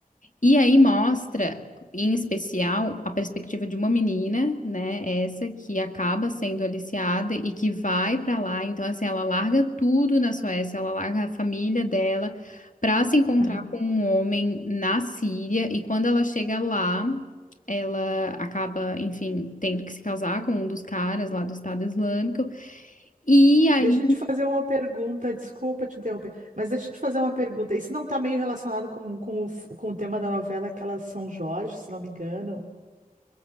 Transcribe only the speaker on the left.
E aí mostra, em especial, a perspectiva de uma menina, né? Essa que acaba sendo aliciada e que vai pra lá. Então, assim, ela larga tudo na Suécia, ela larga a família dela pra se encontrar
com um homem na Síria. E quando ela chega lá, ela acaba, enfim, tendo que se casar com um dos caras lá do Estado Islâmico. E aí